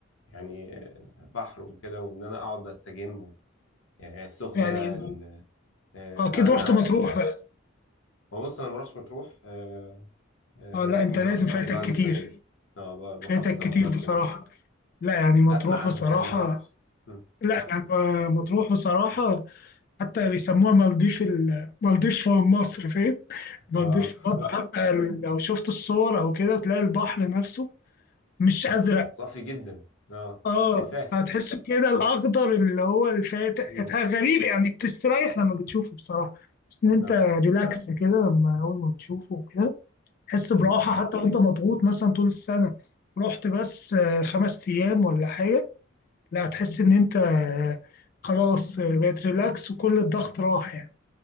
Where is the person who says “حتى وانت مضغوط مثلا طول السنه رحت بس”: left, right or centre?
Left